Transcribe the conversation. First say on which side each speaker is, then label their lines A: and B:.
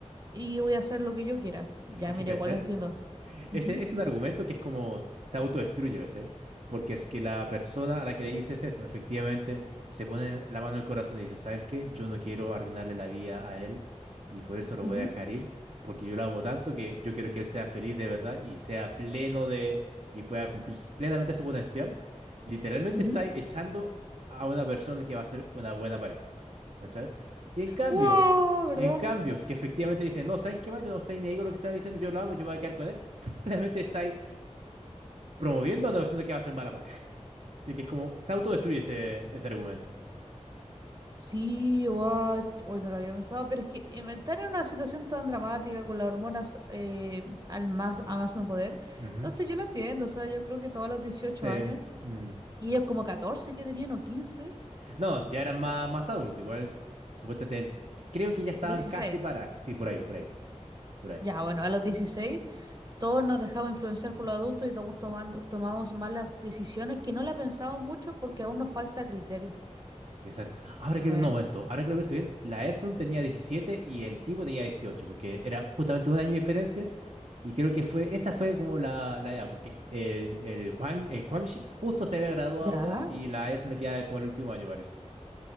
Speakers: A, on the right; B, on the right.
A: y voy a hacer lo que yo quiera. Ya,
B: Es
A: mira,
B: que, ¿cachai?
A: igual entiendo. Ujú,
B: Ese es un argumento que es como se autodestruye, ¿cachai? Porque es que la persona a la que le dices eso, efectivamente, se pone la mano en el corazón y dice, ¿sabes qué? Yo no quiero arruinarle la vida a él y por eso lo
A: ujú,
B: voy a dejar ir, porque yo lo amo tanto que yo quiero que él sea feliz de verdad y sea pleno de y pueda cumplir plenamente su potencial. Literalmente
A: ujú.
B: está echando a una persona que va a ser una buena pareja, ¿cachai? Y en cambio,
A: Wow, ¿verdad?
B: y en cambio, es que efectivamente dicen, no, ¿sabes qué más? Yo no estoy ni ahí con lo que estaba diciendo, yo lo amo, yo me voy a quedar con él. <laughs> Probablemente estáis promoviendo a una persona que va a ser mala pareja. Así que es como, se autodestruye ese, ese argumento.
A: Sí, guau, hoy no lo había pensado, pero es que em, estar en una situación tan dramática con las hormonas eh, al más, a más no poder,
B: Ujú.
A: entonces yo lo entiendo, o sea, yo creo que todos los dieciocho
B: Sí.
A: años,
B: Mm.
A: y ellos como catorce que tenían o quince,
B: No, ya eran más, más adultos, igual, supuestamente, creo que ya estaban
A: dieciséis,
B: casi para... Sí, por ahí, por ahí, por ahí.
A: Ya, bueno, a los 16 todos nos dejamos influenciar por los adultos y todos tomando, tomamos malas decisiones que no la pensamos mucho porque aún nos falta criterio.
B: Exacto. Ahora
A: Sí,
B: que, lo- no, momento, ahora que lo pienso bien, la Edson tenía 17 y el tipo tenía 18 porque era justamente un año de diferencia. Y creo que fue, esa fue como la, la edad, porque el, el, Quang, el Quang Shik justo se había graduado
A: ya.
B: ya y la ESO le queda como el último año, parece.